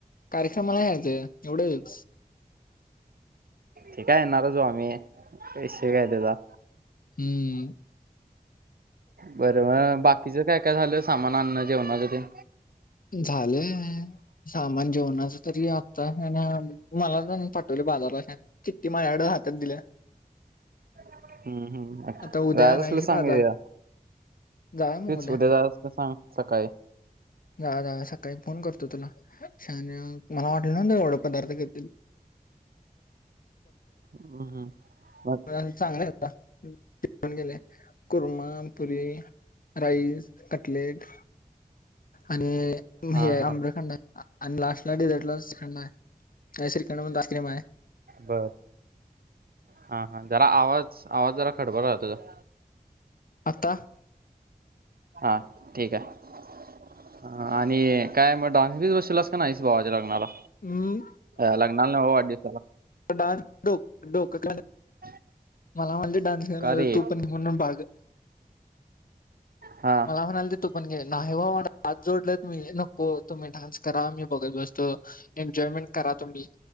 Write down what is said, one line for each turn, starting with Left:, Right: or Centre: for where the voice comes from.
Left: कार्यक्रमला यायचं एवढच.
Right: ते काय येणारच ओ आम्ही, विषय काय त्याचा.
Left: हम्म.
Right: बरं म बाकीचं काय, काय झालं सामान, आणन जेवणाच तेन?
Left: झालंय? सामान जेवणाच तरी, आत्ता ना मला <unintelligible> पाठवले बाजारला - चिट्टी माझ्याकडच हातात दिल्या.
Right: हम्म, हम्म,
Left: आता उद्या
Right: जायच
Left: आणायची
Right: असल तर सांग
Left: बाजार
Right: येऊया.
Left: जाऊया मग
Right: तेच उद्या जायच असल सांगतो, सकाळी.
Left: जा, जा सकाळी फोन करतो तुला, शण्या मला वाटल न्हवत एवढ पदार्थ करतील. <inaudible>
Right: हम्म हम् म
Left: चांगले हाय आता खाऊन गेले कुरमा, पुरी राईस, कटलेट आणि
Right: हा
Left: हे
Right: हा
Left: आम्रखंड आहे आणि लास्टला डिझर्टला श्रीखंड आहे श्रीखंड म्हणतो आईस्क्रिम हाय
Right: बर हा हा जरा आवाज आवाज जरा खडबर रा तुझा
Left: आत्ता
Right: हा ठीक आहे ह आणि काय मग डान्स बीस बसिवलास काय नाहीस भावाच्या लग्नाला?
Left: हम्
Right: अं लग्नाला न्हवं वाढदिवसाला
Left: डान्स डोकं डोकं <unintelligible>
Right: <inaudible>
Left: मला म्हणली डान्स कर
Right: का रे
Left: तू पण म्हणून भाग
Right: हा
Left: मला म्हणालतीत तू पण घे नाही बा म्हंटलं हात जोडलेत मी नको तुम्ही डान्स करा मी बघत बसतो एन्जॉयमेंट करा तुम्ही